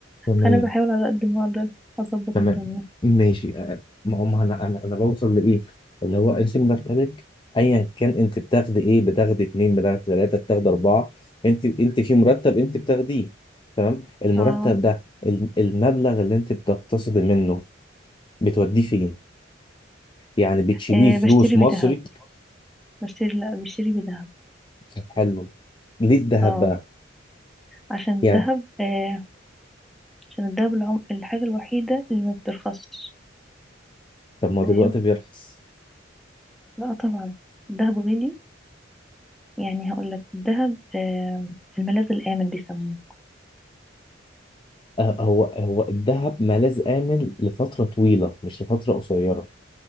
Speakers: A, on the left; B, in the centre.
A: تمام
B: فانا بحاول على قد ما اقدر اظبط
A: تمام
B: الدنيا
A: ماشي أه، ما ما انا انا انا بوصل لايه اللي هو انت مرتبك ايا كان انت بتاخدي ايه بتاخدي اتنين بتاخدي تلاته بتاخدي اربعه انت انت في مرتب انت بتاخديه تمام المرتب
B: اه
A: ده ال- المبلغ اللي انت بتقتصدي منه بتوديه فين؟ يعني بتشيليه
B: إيه
A: فلوس
B: بشتري
A: مصري
B: بذهب بشتري لا بشتري بذهب
A: طب حلو ليه الذهب
B: اه
A: بقى؟
B: عشان
A: يعني
B: الذهب آه عشان الذهب العم... الحاجة الوحيدة اللي ما بترخصش
A: طب ما هو
B: فاهم
A: دلوقتي بيرخص
B: لا طبعا الذهب غالي يعني هقول لك الذهب آه الملاذ الآمن بيسموه
A: آه، هو هو الذهب ملاذ آمن لفترة طويلة مش لفترة قصيرة